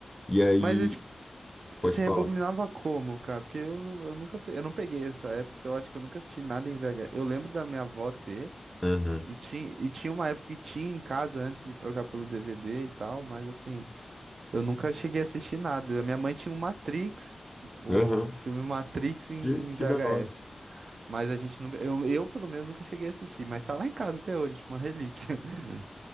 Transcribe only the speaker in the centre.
E aí.
Pode
falar.
Aham.
Aham.
Que, que
da hora.